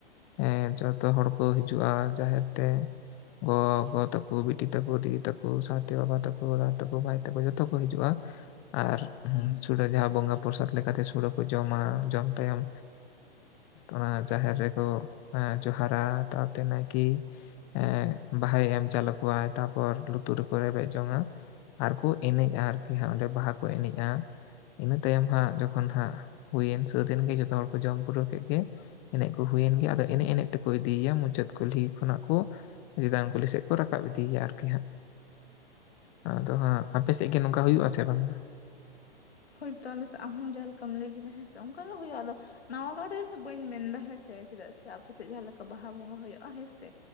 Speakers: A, on the left; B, on the left.
A: ᱦᱮᱸ ᱡᱚᱛᱚ ᱦᱚᱲ ᱠᱚ ᱦᱤᱡᱩᱜ-ᱟ ᱡᱟᱦᱮᱨ ᱛᱮ ᱜᱚᱜᱚ ᱛᱟᱹᱠᱩ ᱵᱤᱴᱤ ᱛᱟᱹᱠᱩ ᱫᱤᱫᱤ ᱛᱟᱹᱠᱩ ᱥᱟᱶᱛᱮ ᱵᱟᱵᱟ ᱛᱟᱹᱠᱩ ᱫᱟᱫᱟ ᱛᱟᱹᱠᱩ ᱵᱷᱟᱭ ᱛᱟᱹᱠᱩ ᱡᱚᱛᱚ ᱠᱚ ᱦᱟᱹᱡᱩᱜ-ᱟ ᱟᱨ
B: ᱦᱩᱸ
A: ᱥᱩᱲᱟᱹ ᱡᱟᱦᱟᱸ ᱵᱚᱸᱜᱟ ᱯᱚᱨᱥᱟᱫᱽ ᱞᱮᱠᱟᱛᱮ ᱥᱩᱲᱟᱹ ᱠᱚ ᱡᱚᱢᱟ ᱡᱚᱢ ᱛᱟᱭᱚᱢ ᱚᱱᱟ ᱡᱟᱦᱮᱨ ᱨᱮᱠᱚ ᱡᱚᱦᱟᱨᱟ ᱛᱟᱨᱛᱮ ᱱᱟᱭᱠᱤ ᱮᱜ ᱵᱟᱦᱟᱭ ᱮᱢ ᱪᱟᱞ ᱟᱠᱚᱣᱟᱭ ᱛᱟᱨᱯᱚᱨ ᱞᱩᱛᱩᱨ ᱨᱮᱠᱚ ᱨᱮᱵᱮᱫ ᱡᱚᱝ-ᱟ ᱟᱨ ᱠᱩ ᱮᱱᱮᱡ-ᱟ ᱟᱨᱠᱤ ᱦᱟᱸᱜ ᱚᱸᱰᱮ ᱵᱟᱦᱟ ᱠᱩ ᱮᱱᱮᱡ-ᱟ ᱤᱱᱟᱹ ᱛᱟᱭᱚᱢ ᱦᱟᱸᱜ ᱡᱚᱠᱷᱚᱱ ᱦᱟᱸᱜ ᱦᱩᱭᱮᱱ ᱥᱟᱹᱛ ᱮᱱ ᱜᱮ ᱡᱚᱛᱚ ᱦᱚᱲ ᱠᱚ ᱡᱚᱢ ᱯᱩᱨᱟᱹᱣ ᱠᱮᱫ ᱜᱮ ᱮᱱᱮᱡ ᱠᱩ ᱦᱩᱭᱮᱱ ᱜᱮ ᱟᱫᱚ ᱮᱱᱮᱡ ᱮᱱᱮᱡ ᱛᱮᱠᱚ ᱤᱫᱤᱭᱟ ᱢᱩᱪᱟᱹᱫ ᱠᱩᱞᱦᱤ ᱠᱷᱚᱱᱟᱜ ᱠᱚ ᱡᱤᱫᱟᱝ ᱠᱩᱞᱤ ᱥᱮᱫ ᱠᱩ ᱨᱟᱠᱟᱵ ᱤᱫᱤᱭᱮᱭᱟ ᱟᱨᱠᱤ ᱦᱟᱸᱜ ᱟᱫᱚ ᱦᱟᱸᱜ ᱟᱯᱮ ᱥᱮᱫ ᱜ ᱱᱚᱝᱠᱟ ᱦᱩᱭᱩᱜ ᱟᱥᱮ ᱵᱟᱝᱼᱟ?
B: ᱦᱳᱭᱛᱳ ᱟᱞᱮ ᱥᱮ ᱟᱢ ᱦᱚᱸ ᱡᱟᱦᱟᱸ ᱞᱮᱠᱟᱢ ᱞᱟᱹᱭ ᱠᱮᱫᱟ᱾ᱦᱮᱸ ᱥᱮ ᱚᱱᱠᱟ ᱜᱮ ᱦᱩᱭᱩᱜᱼᱟ ᱟᱫᱚ ᱱᱟᱣᱟ ᱜᱟᱨ ᱨᱮ ᱫᱚ ᱵᱟᱹᱧ ᱢᱮᱱᱫᱟ ᱦᱮᱸᱥᱮ ᱪᱮᱫᱟᱜ ᱥᱮ ᱟᱯᱮ ᱥᱮᱫ ᱡᱟᱦᱟᱸ ᱞᱮᱠᱟ ᱵᱟᱦᱟ ᱵᱚᱸᱜᱟ ᱦᱩᱭᱩᱜ-ᱟ ᱦᱮᱸ ᱥᱮ